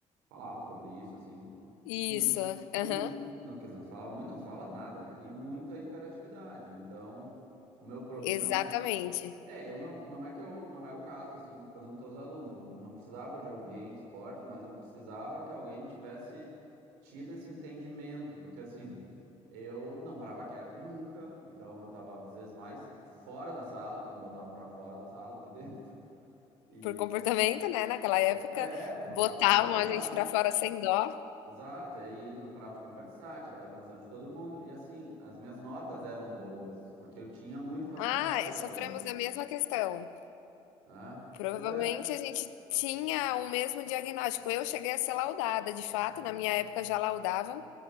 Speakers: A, on the right; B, on the left.
A: falava sobre isso, assim.
B: Isso,
A: E muito,
B: aham.
A: e muito, não, quer dizer, não se falava muito, não se falava nada, né? E muita hiperatividade. Então, o meu problema
B: Exatamente.
A: é, eu não, não é que eu, não é o caso, assim, por exemplo, teus alunos, eu não, não precisava de alguém em esporte, mas eu precisava que alguém tivesse tido esse entendimento, porque assim, <laughs> eu não parava quieto nunca, então eu tava às vezes mais fora da sala, porque me botavam pra fora da sala do que dentro, <laughs> e
B: Por comportamento, né? Naquela
A: por
B: época,
A: co- é, porque eu não
B: botavam
A: parava de conversar,
B: a gente pra fora sem dó.
A: exato, e aí não parava de conversar, tirava a atenção de todo mundo, e assim, as minhas notas eram boas, porque eu tinha muita facilidade
B: Ah,
A: de
B: sofremos
A: aprender,
B: da mesma questão.
A: né?
B: Provavelmente
A: Pois é.
B: a gente tinha o mesmo diagnóstico. Eu cheguei a ser laudada, de fato, na minha época já laudavam,